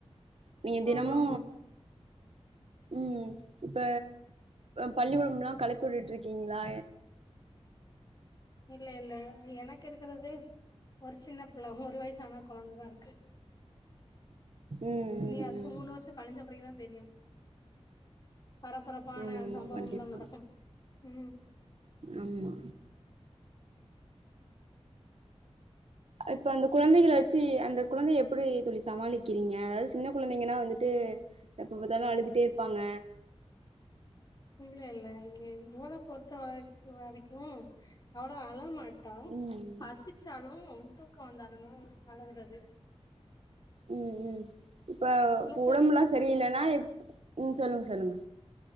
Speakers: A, on the right; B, on the left.
A: நீங்க தினமு
B: ஆமா ஆமா
A: உ இப்ப பள்ளிக்கூடம்ல்லா கிளப்பிவிட்டு இருக்கீங்களா
B: இல்ல இல்ல எனக்கு இருக்குறது ஒரு சின்ன பிள்ள ஒரு வயசான குழந்ததா இருக்கு
A: ம்
B: நீ
A: ம்
B: அதுக்கு மூணு
A: ம்
B: வருஷோ கழிஞ்ச பரகுதா தெரியு பரபரப்பான
A: ஆமா ஆமா
B: சம்பவம்னா
A: கண்டிப்பா
B: நடக்கும் உ
A: ஆமா இப்ப அந்த குழந்தைகள வச்சு அந்த குழந்தைய எப்டி தோழிஸ் சமாளிக்கிறீங்க அதாவது சின்ன குழந்தைங்கனா வந்துட்டு எப்பாத்தாலு அழுதுட்டே இருப்பாங்க
B: இல்ல இல்ல இங்க இவள பொறுத்த வர வரைக்கு வரைக்கு அவ்ளோ அழமாட்டா
A: ம்
B: பசிச்சாலு தூக்கோ வந்தாலு தா அழுகுறது
A: உ உ இப்ப
B: ஆனா சரி,
A: உடம்புலா சரியில்லன்னா எப் உ சொல்லுங்க சொல்லுங்க